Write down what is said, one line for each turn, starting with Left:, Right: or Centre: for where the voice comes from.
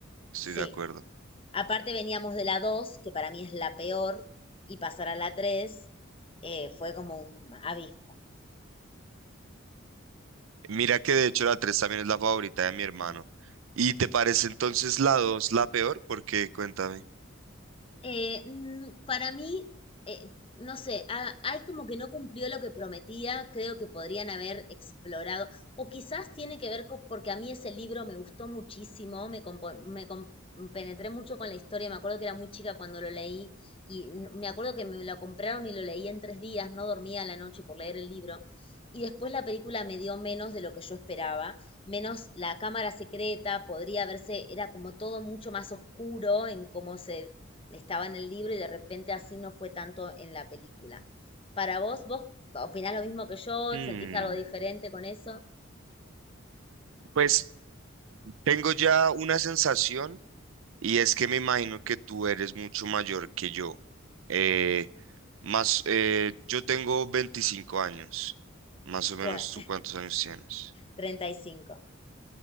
Right: Estoy
Left: sí.
Right: de acuerdo.
Left: Aparte veníamos de la 2, que para mí es la peor, y pasar a la 3 eh, fue como un abismo.
Right: Mira que de hecho la 3 también es la favorita de mi hermano. ¿Y te parece entonces la 2 la peor? Porque cuéntame.
Left: Eh, mm, para mí, eh, no sé, a- hay como que no cumplió lo que prometía, creo que podrían haber explorado, o quizás tiene que ver con, porque a mí ese libro me gustó muchísimo, me, compo- me com- penetré mucho con la historia, me acuerdo que era muy chica cuando lo leí y n- me acuerdo que me lo compraron y lo leí en tres días, no dormía a la noche por leer el libro. Y después la película me dio menos de lo que yo esperaba, menos la cámara secreta, podría verse, era como todo mucho más oscuro en cómo se estaba en el libro y de repente así no fue tanto en la película. Para vos, ¿vos opinás lo mismo que yo?
Right: Hmm,
Left: ¿Sentís algo diferente con eso?
Right: Pues tengo ya una sensación y es que me imagino que tú eres mucho mayor que yo. Eh, más, eh, yo tengo 25 años. Más o menos
Left: Bueno,
Right: tú cuántos años tienes.
Left: <laughs> treinta y cinco